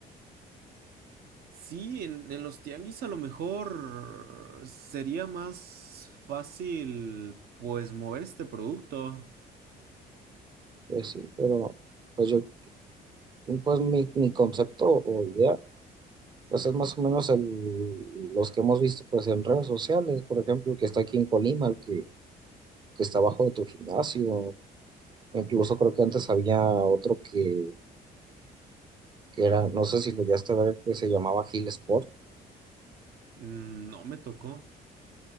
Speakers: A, on the right; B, on the right.
A: Sí, en, en los tianguis a lo mejor sería más fácil pues mover este producto.
B: pues sí, pero... Pues yo Pues mi, mi concepto o idea, pues es más o menos el- los que hemos visto pues en redes sociales, por ejemplo, el que está aquí en Colima, el que, que está abajo de tu gimnasio, incluso creo que antes había otro que, que era, no sé si lo llegaste a ver, que se llamaba Hill Sport,
A: Mm, No me tocó.